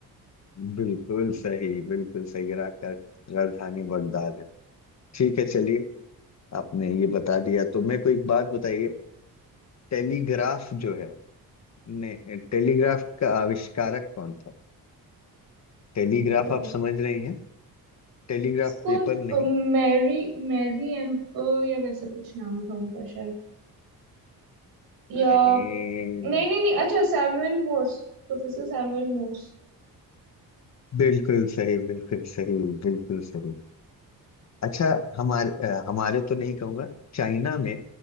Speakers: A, on the left; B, on the right.
A: बिल्कुल सही बिल्कुल सही इराक का राजधानी बगदाद है ठीक है चलिए आपने ये बता दिया तो मेरे को एक बात बताइए टेलीग्राफ जो है ने टेलीग्राफ का आविष्कारक कौन था टेलीग्राफ
B: अ,
A: आप समझ रही हैं टेलीग्राफ
B: कौन
A: पेपर
B: अ,
A: नहीं
B: मैरी मैरी एम्पर या वैसा कुछ नाम था उनका शायद या
A: नहीं
B: नहीं नहीं नहीं अच्छा Samuel Morse Professor Samuel Morse
A: बिल्कुल सही बिल्कुल सही बिल्कुल सही अच्छा हमारे अ, हमारे तो नहीं कहूंगा चाइना में